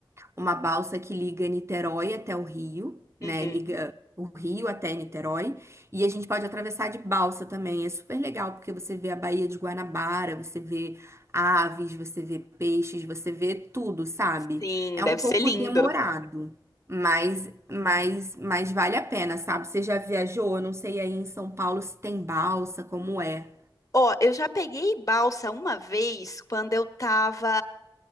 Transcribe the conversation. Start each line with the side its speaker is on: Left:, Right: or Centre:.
Right: uma balsa que liga Niterói até o Rio, né?
Left: Uhum.
Right: Liga o Rio até Niterói. E a gente pode atravessar de balsa também. É super legal, porque você vê a Baía de Guanabara, você vê aves, você vê peixes, você vê tudo, sabe?
Left: Sim,
Right: É
Left: deve
Right: um pouco
Left: ser lindo.
Right: demorado. Mas, mas, mas vale a pena, sabe? Você já viajou? Eu não sei aí em São Paulo se tem balsa, como é.
Left: Ó, eu já peguei balsa uma vez quando eu tava